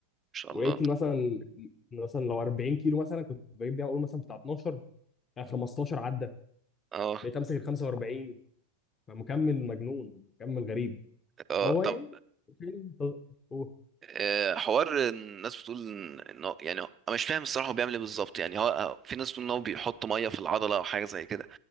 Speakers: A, on the right (about 20°); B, on the left (about 20°).
A: شاء
B: ولقيت
A: الله
B: إن مثلا مثلا لو 40 كيلو مثلا كنت بجيب بيها اقول مثلا بتاع 12 آه، 15 عده
A: اه
B: بقيت امسك ال 45 فمكمل مجنون مكمل غريب
A: اه
B: هو
A: طب
B: يعني فيلم ت- هو-
A: آه، حوار الناس بتقول ان إن هو- يعني انا مش فاهم الصراحه هو بيعمل ايه بالظبط يعني هو هو- في ناس بتقول ان هو بيحط ميه في العضله او حاجه زي كده